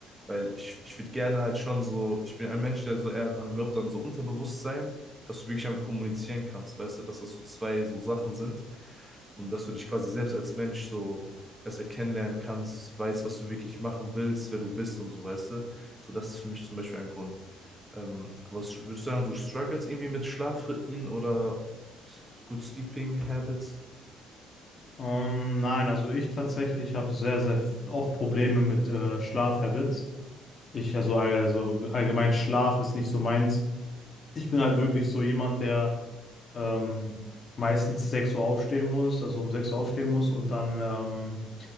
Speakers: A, on the right; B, on the left.
A: Weil ich, ich würde gerne halt schon so, ich bin ein Mensch, der so eher dran glaubt, an so Unterbewusstsein, dass du wirklich damit kommunizieren kannst, weißt du, dass das so zwei so Sachen sind und dass du dich quasi selbst als Mensch so besser kennenlernen kannst, weißt, was du wirklich machen willst, wer du bist und so, weißt du. So, das ist für mich zum Beispiel ein Grund. Ähm, aber s- würdest du sagen, du struggles irgendwie mit Schlafrhythmen oder good sleeping habits?
B: ähm, nein, also ich tatsächlich habe sehr, sehr oft Probleme mit äh, Schlafhabits. Ich, also, also allgemein Schlaf ist nicht so meins. Ich bin halt wirklich so jemand, der ähm, meistens 6 Uhr aufstehen muss, also um 6 Uhr aufstehen muss und dann ähm,